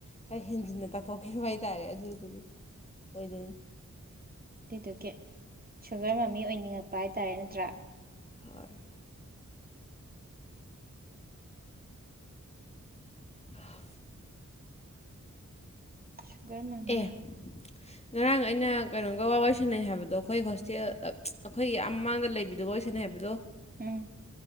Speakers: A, on the left (about 20°); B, on the right (about 30°).
A: ꯈꯔ ꯍꯦꯟꯖꯤꯟꯅ ꯇꯥꯊꯣꯛꯈꯤꯕ ꯍꯥꯏ ꯇꯥꯔꯦ ꯑꯗꯨꯗꯨꯒꯤ ꯑꯣꯏꯗꯣꯏꯅꯤ
B: ꯑꯗꯨꯗꯨꯒꯤ ꯁꯨꯒꯔ ꯃꯃꯤ ꯑꯣꯏꯅꯤꯡꯉꯛꯄ ꯍꯥꯏꯇꯥꯔꯦ ꯅꯠꯇ꯭ꯔꯥ
A: ꯍꯣꯏ <inaudible>
B: ꯁꯨꯒꯔ ꯃꯃꯤ
A: ꯑꯦ ꯉꯔꯥꯡ ꯑꯩꯅ ꯀꯩꯅꯣꯒ ꯋꯥꯔꯤ ꯋꯥꯔꯤ ꯁꯥꯟꯅꯩ ꯍꯥꯏꯕꯗꯣ ꯑꯩꯈꯣꯏ ꯍꯣꯁꯇꯦꯜ ꯑꯩꯈꯣꯏꯒꯤ ꯃꯃꯥꯡꯗ ꯂꯩꯕꯤꯗꯨꯒ ꯋꯥꯔꯤ ꯁꯥꯟꯅꯩ ꯍꯥꯏꯕꯗꯣ
B: ꯎꯝ